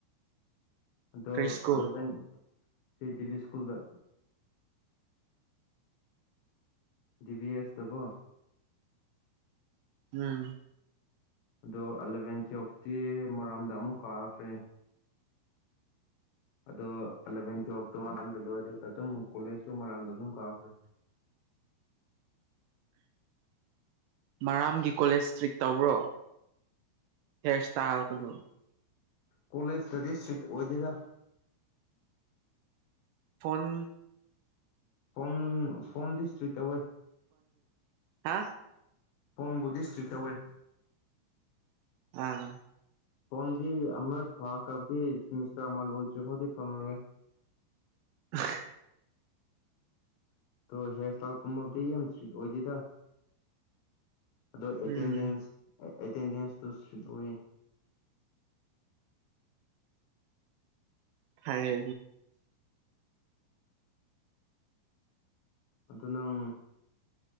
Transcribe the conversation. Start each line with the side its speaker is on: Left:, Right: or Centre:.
Left: ꯑꯗꯣ
Right: ꯀꯔꯤ ꯁ꯭ꯀꯨꯜ
Left: ꯑꯦꯂꯚꯦꯟ ꯁꯤ ꯗꯦꯕꯤ ꯁ꯭ꯀꯨꯜꯗ ꯗꯤꯚꯤ ꯑꯦꯁ ꯗꯀꯣ
Right: ꯎꯝ
Left: ꯑꯗꯣ ꯑꯦꯂꯚꯦꯟ ꯇꯨꯌꯦꯞꯇꯤ ꯃꯣꯔꯥꯝꯗ ꯑꯃꯨꯛ ꯀꯥꯈ꯭ꯔꯦ ꯑꯗꯣ ꯑꯦꯂꯚꯦꯟ ꯇꯨꯋꯦꯜꯇꯨ ꯃꯔꯥꯝꯗ ꯂꯣꯏꯔꯦ ꯑꯗꯨꯝ ꯀꯣꯂꯦꯖꯁꯨ ꯃꯔꯥꯝꯗ ꯑꯗꯨꯝ ꯀꯥꯈ꯭ꯔꯦ
Right: ꯃꯔꯥꯝꯒꯤ ꯀꯣꯂꯦꯖ ꯇ꯭ꯔꯤꯛ ꯇꯧꯕ꯭ꯔꯣ ꯍ꯭ꯔꯦ ꯏꯁꯇꯥꯜ ꯒꯗꯨ
Left: ꯀꯣꯂꯦꯖꯇ ꯏꯁꯇ꯭ꯔꯤꯛ ꯑꯣꯏꯗꯦꯗ
Right: ꯐꯣꯟ
Left: ꯐꯣꯟ ꯐꯣꯟꯗꯤ ꯏꯁꯇ꯭ꯔꯤ ꯇꯧꯋꯦ
Right: ꯍꯥ
Left: ꯐꯣꯟ ꯕꯨꯗꯤ ꯏꯁꯇ꯭ꯔꯤ ꯇꯧꯋꯦ
Right: ꯑꯥ
Left: ꯐꯣꯟꯗꯤ ꯑꯃ ꯐꯈ꯭ꯔꯕꯗꯤ ꯁꯤꯃꯤꯁꯇꯔ ꯑꯃ ꯂꯣꯏꯗ꯭ꯔꯤ ꯐꯥꯎꯗꯤ ꯐꯪꯉꯔꯣꯏ
Right: <unintelligible>
Left: ꯇꯣ ꯍꯤꯌꯥꯔ ꯏꯁꯇꯥꯏꯜ ꯀꯨꯝꯃꯕꯗꯤ ꯌꯥꯝ ꯏꯁꯇ꯭ꯔꯤꯠ ꯑꯣꯏꯗꯦꯗ ꯑꯗꯨꯗ ꯑꯇꯦꯟꯗꯦꯁ
Right: ꯎꯝ
Left: ꯑꯇꯦꯟꯗꯦꯁꯇꯨ ꯏꯁꯇ꯭ꯔꯤꯠ ꯑꯣꯏꯌꯦ
Right: ꯍꯥꯏ
Left: ꯑꯗꯨ ꯅꯪ